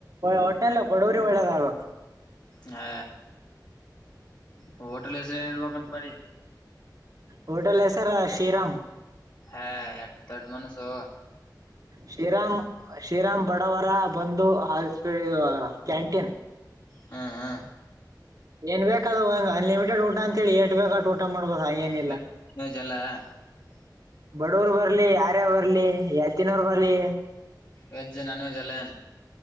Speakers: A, on the right; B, on the left.
A: ಹೊಟ್ಟೆನಲಿ ಬಡವರಿ ಒಳ್ಳೆದಾಗಬೇಕು
B: ಹಾ ಹೋಟೆಲ್ ಹೆಸರು ಏನು ಇಡಬೇಕು ಅಂತ ಮಾಡಿ
A: ಹೋಟಲ್ ಹೆಸರು ಶ್ರೀರಾಾಮ್
B: ಹೇ ದೊಡ್ಡು ಮನಸ್ಸು ಹೋ
A: ಶ್ರೀರಾಮ್ ಶ್ರೀರಾಮ್ ಬಡವರ ಬಂದು ಇದು ಕ್ಯಾಂಟೀನ್
B: ಹಾ ಹಾ
A: ಏನ್ ಬೇಕ ಅದು ಒಂಗ ಅನ್ಲಿಮಿಟೆಡ್ ಊಟ ಅಂತ ಹೇಳಿ ಎಸ್ಟು ಬೇಕು ಅಷ್ಟು ಊಟ ಮಾಡಬೋದು ಆಗೇನು ಇಲ್ಲ
B: <unintelligible>
A: ಬಡವರ್ ಬರ್ಲಿ ಯಾರೇ ಬರ್ಲಿ ಯತಿನೂರ್ ಬರ್ಲಿ
B: ವೆಜ್ಜು ನಾನ್ ವೆಜ್ ಎಲ್ಲಾ ಏನು